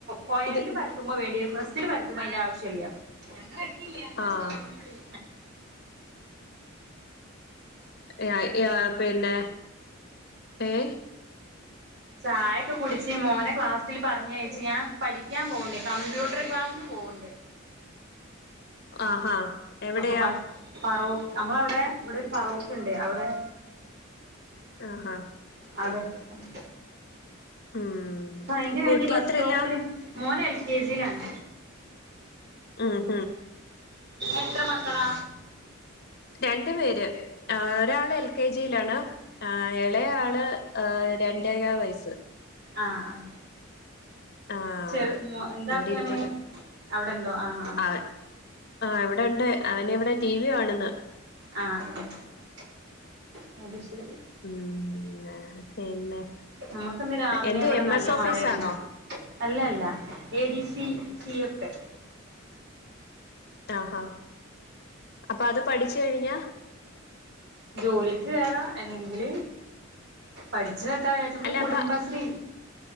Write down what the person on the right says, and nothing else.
കൊയലില്
പരത്തുമ്പോ വേണ്ടിയരും പ്രസ്സില് പരത്തുമ്പോ അയ്ന്റെ ആവശ്യം ഇല്ല. ഞങ്ങളെത്തില്ല ഞങ്ങൾ
പോരുന്നൊള്ളു.
ചായൊക്കെ കുടിച്ച് മോനെ ക്ലാസ്സിൽ പറഞ്ഞയച്ച് ഞാൻ പഠിക്കാൻ പോക്ണ്ട് കമ്പ്യൂട്ടർ ക്ലാസ്സിന് പോ ഉണ്ട്.
അപ്പൊ ബസ് ഫറോക്ക് നമ്മള അവ്ടെ ഇവിടെ ഒരു ഫറോക്ക്ണ്ട് അവടെ
അവ്ടെ വെച്ചിട്ടാണ്.
അയ്ന് വേണ്ടി
ബസ്
സ്റ്റോപ്പില് മോന് എൽ കെ ജിയിലാണ്.
എത്ര മക്കളാ.
ആഹ് ആഹ്
ചെറു മോ എന്താക്കാണ്
അവിടെണ്ടോ ആഹ് ആഹ്
ആഹ് ആഹ് അത് ശെരി.
നമുക്കിന്ന് രാവിലെ
ഇവിടെ
നല്ല
മഴയാണ് അല്ലല്ല A D C. C F A
ജോലിക്ക് കേറ അല്ലങ്കില് പഠിച്ചു വെക്കാ വിചാ നമ്മളെ
കുടുംബശ്രീ